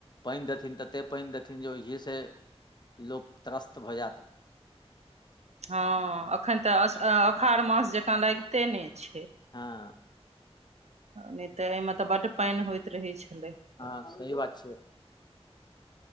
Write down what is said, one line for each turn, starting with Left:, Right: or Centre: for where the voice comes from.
Left: पानि देथिन तते पानि देथिन जे ओहिसँ लोक त्रस तऽ भऽ जायत
Right: हँ एखन तऽ अ आखर मास अल कुमारमास जँकाँ लागिते नहि छै।
Left: हँ।
Right: नय तऽ एहिमे तऽ बड्ड पानि होइत रहैत छलै।
Left: हँ सही बात छै।